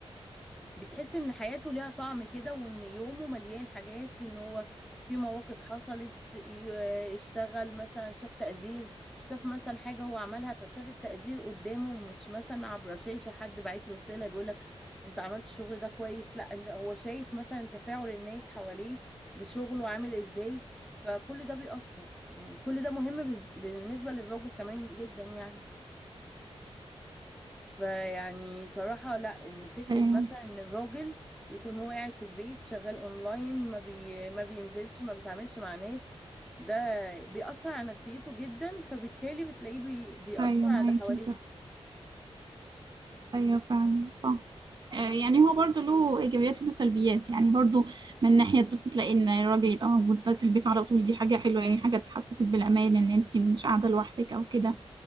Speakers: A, in the centre; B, on the right.
A: بتحس ان حياته ليها طعم كده وان يومه مليان حاجات ان هو في مواقف حصلت ي- اشتغل مثلا شاف تقدير شاف مثلا حاجة هو عملها فشاف التقدير قدامه مش مثلا عبر شاشة حد باعت له رسالة بيقول لك انت عملت الشغل ده كويس لا انت هو شايف مثلا تفاعل الناس حواليه بشغله عامل ازاي فكل ده بيأثر يعني كل ده مهم بز- بالنسبة للراجل كمان جدا يعني فيعني صراحة لا ان فكرة
B: ايوه
A: مثلا ان الراجل يكون هو قاعد في البيت شغال اونلاين ما بي ما بينزلش ما بيتعاملش مع ناس ده بيأثر على نفسيته جدا فبالتالي بتلاقيه بي بيأثر
B: ايوه معاكي
A: على حواليه
B: ده ايوه فعلا صح آه، يعني هو برضه له ايجابيات وله سلبيات يعني برضه من ناحيه بص تلاقي ان الراجل يبقى موجود بقى في البيت على طول دي حاجه حلوه يعني حاجه بتحسسك بالامان ان انت مش قاعده لوحدك او كده